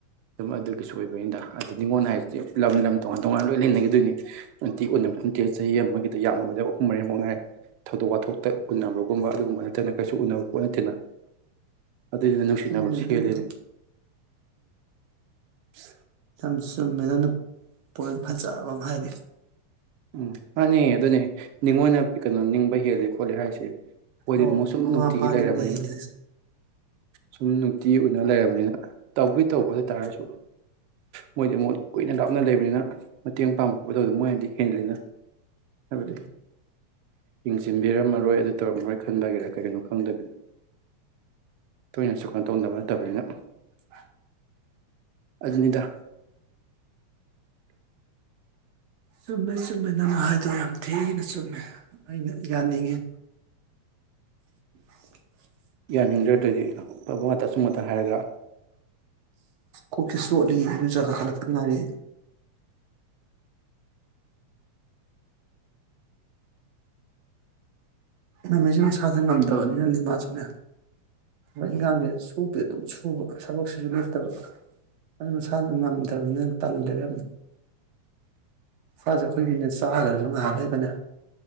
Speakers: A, on the right; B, on the right.
A: ꯑꯗꯨꯝ ꯑꯗꯨꯒꯤꯁꯨ ꯑꯣꯏꯕꯅꯤꯗ ꯑꯗꯨ ꯅꯤꯡꯉꯣꯟꯜ ꯍꯥꯏꯁꯤꯗꯤ ꯂꯝ ꯂꯝ ꯇꯣꯉꯥꯟ ꯇꯣꯉꯥꯟꯅ ꯂꯣꯏ ꯂꯩꯅꯈꯤꯗꯣꯏꯅꯤ ꯅꯨꯡꯇꯤꯛ ꯎꯅꯕ ꯅꯠꯇꯦ ꯆꯍꯤ ꯑꯃꯒꯤ ꯑ ꯌꯥꯝꯂꯕꯗ ꯑꯍꯨꯝ ꯃꯔꯤꯃꯛꯨꯛ ꯉꯥꯏ ꯊꯧꯗꯣꯛ ꯋꯥꯊꯣꯛꯇ ꯎꯟꯅꯕꯒꯨꯝꯕ ꯑꯗꯨꯒꯨꯝꯕ ꯅꯠꯇꯅ ꯀꯩꯁꯨ ꯎꯅꯕ ꯄꯣꯠ ꯅꯠꯇꯦꯅ ꯑꯗꯨꯏꯗꯨꯁꯨ ꯅꯨꯡꯁꯤꯅꯕ
B: ꯆꯨꯝꯃꯦ
A: ꯁꯦꯜꯂꯤꯅꯦ
B: ꯑꯗꯨꯕꯨꯗꯤ
A: <unintelligible>
B: ꯊꯝꯁ ꯆꯨꯝꯃꯦ ꯅꯪꯅ ꯄꯣꯏꯟ ꯐꯖ ꯑꯃ ꯍꯥꯏꯔꯤ
A: ꯎꯝ ꯃꯥꯟꯅꯦ ꯑꯗꯨꯅꯦ ꯅꯤꯡꯉꯣꯟꯅ ꯀꯅꯣ ꯅꯤꯡꯕ ꯍꯦꯜꯂꯦ ꯈꯣꯠꯂꯦ ꯍꯥꯏꯁꯦ ꯃꯣꯏꯗꯤ
B: ꯑꯧ
A: ꯑꯗꯨꯝ ꯁꯨꯝ
B: ꯃꯃꯥ
A: ꯅꯨꯡꯇꯤꯒꯤ
B: ꯃꯄꯥ
A: ꯂꯩꯔꯕꯅꯤꯅ
B: ꯅꯪꯅ ꯍꯦꯜꯂꯦ ꯍꯥꯏꯁꯦ
A: ꯁꯨꯝ ꯅꯨꯡꯇꯤꯒꯤ ꯎꯟꯅ ꯂꯩꯔꯕꯅꯤꯅ ꯇꯧꯕꯨꯗꯤ ꯇꯧꯕ ꯑꯗꯨꯇꯥꯥꯔꯁꯨ ꯃꯣꯏꯗꯤ ꯃꯨꯛ ꯀꯨꯏꯅ ꯂꯥꯞꯅ ꯂꯩꯕꯅꯤꯅ ꯃꯇꯦꯡ ꯄꯥꯡꯕ ꯈꯣꯠꯄ ꯇꯧꯗ ꯃꯣꯏꯅꯗꯤ ꯍꯦꯟꯂꯤꯅ ꯍꯥꯏꯕꯗꯤ
B: ꯎꯝ
A: ꯌꯦꯡꯁꯤꯟꯕꯤꯔꯝꯃꯔꯣꯏ ꯑꯗꯨ ꯇꯧꯔꯝꯃꯔꯣꯏ ꯈꯟꯕꯒꯤꯔꯥ ꯀꯩꯒꯤꯅꯣ ꯈꯪꯗꯕꯤꯗ ꯇꯣꯏꯅ ꯁꯨ ꯀꯥꯅꯣ ꯇꯧꯅꯗꯕ ꯅꯠꯇꯕꯅꯤꯅ
B: <inaudible>
A: ꯑꯗꯨꯅꯤꯗ
B: ꯆꯨꯝꯃꯦ ꯆꯨꯝꯃꯦ ꯅꯪꯅ ꯍꯥꯏꯗꯣ ꯌꯥꯝ ꯊꯤꯅ ꯆꯨꯝꯃꯦ ꯑꯩꯅ ꯌꯥꯅꯤꯡꯉꯤ <inaudible>
A: ꯌꯥꯅꯤꯡꯗ꯭ꯔ ꯗꯗꯤ ꯑꯐꯕ ꯉꯥ ꯇꯁꯨꯨꯝꯃꯠꯇ ꯍꯥꯏꯔꯒ
B: ꯀꯣꯛꯁꯤ ꯆꯣꯠꯂꯤ ꯏꯔꯨꯖꯥ ꯀꯥꯈꯠꯂꯛꯇ ꯉꯥꯏꯔꯤ ꯉꯃꯤꯖꯨ ꯃꯁꯥꯖꯦ ꯉꯝꯗꯕꯅꯤꯅ ꯃꯥꯖꯨꯅꯦ ꯊꯕꯛ ꯏꯟꯒꯥꯡꯖꯦ ꯁꯨꯗꯤ ꯑꯗꯨꯝ ꯁꯨꯕ ꯊꯕꯛꯁꯤꯖꯨ ꯂꯦꯞꯇꯕ ꯑꯗꯨ ꯃꯁꯖꯦ ꯉꯝꯗꯕꯅꯤꯅ ꯇꯜꯂꯦꯕ ꯌꯥꯝꯅ ꯃꯁꯥꯖꯦ ꯑꯩꯈꯣꯏꯒꯤꯅꯦ ꯆꯥꯒ꯭ꯔꯖꯨ ꯉꯍꯥꯛ ꯂꯩꯔꯒꯅꯦ